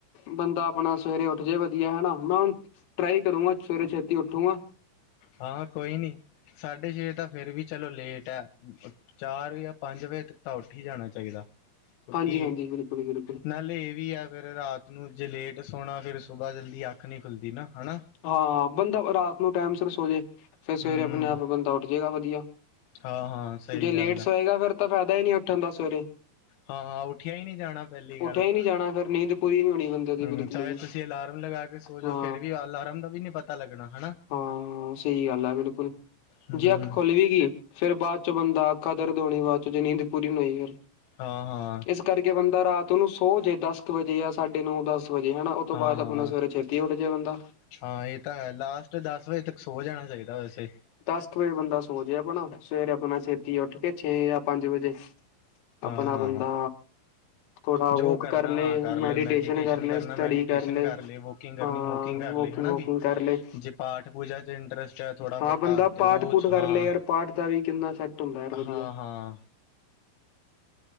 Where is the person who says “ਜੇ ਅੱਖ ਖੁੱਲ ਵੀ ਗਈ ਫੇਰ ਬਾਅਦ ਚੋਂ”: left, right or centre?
Left